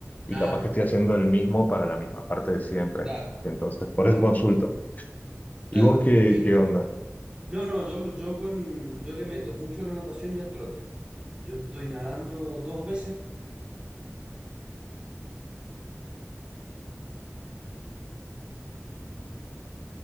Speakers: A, on the left; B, on the right.
A: y
B: claro,
A: capaz que estoy haciendo el mismo para la misma parte de siempre.
B: claro,
A: Entonces, por
B: claro,
A: eso consulto.
B: claro.
A: ¿Y vos qué,
B: Y,
A: qué onda?
B: no, no, yo, yo con, yo le meto mucho a la natación y al trote. Yo estoy nadando dos veces,